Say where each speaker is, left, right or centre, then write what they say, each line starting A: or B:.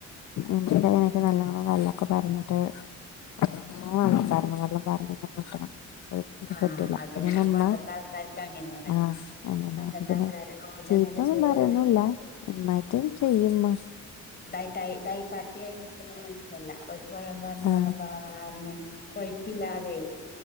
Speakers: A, on the left; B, on the left.
A: അങ്ങനെയൊക്കെ നല്ലോണം വെള്ളൊക്കെ പാർന്നിട്ട് നല്ലോണം വള്ളം പാരണം വള്ളം പാർന്നിട്ടെന്നേ ഊറ്റണം
B: ആഹ്
A: പറ്റൂല അപ്പോത്തിന്
B: അതന്നെ അത്
A: മ്മാ
B: പണ്ടത്തെ ആൾക്കാർക്ക് അങ്ങനെയാണ്
A: ആഹ അങ്ങനെ
B: പണ്ടത്തെ
A: അപ്പൊ പിന്നെ
B: ആൾക്കാര് ഓലങ്ങനെ
A: ചീത്തൊന്നും
B: ചോറ്
A: പറയൊന്നുംല്ല. മ്മായിട്ടും ചെയ- ചെയ്യുമ്മ <unintelligible>
B: അതായിട്ടായി കട്ടിയായി നിക്കണൊന്നും ഇഷ്ടല്ല. ഓല്ക്ക് വെള്ളം പാർന്ന്
A: ആ
B: വെള്ളം പാർന്ന് കൊ - കൊഴുപ്പില്ലാതെ